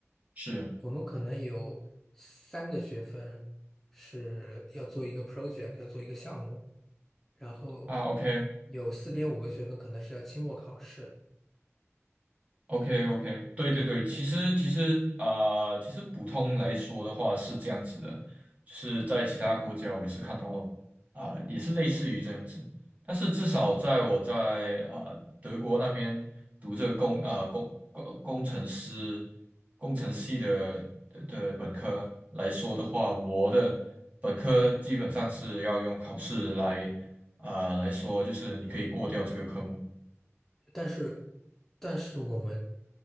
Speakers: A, on the right; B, in the centre.
A: 是
B: 我们可能有三个学分是要做一个 project，要做一个项目，然后
A: 啊，OK，
B: 有四点五个学分可能是要期末考试。
A: OK OK，对对对，
B: 对。
A: 其实其实啊、呃其实普通来说的话是这样子的，就是在其他国家我也是看到啊、呃也是类似于这样子，但是至少在我在啊、呃德国那边读这工啊、工工工程师工程系的的的本科来说的话，我的本科基本上是要用考试来啊、呃来说，就是你可以过掉这个科目。
B: 但是，但是我们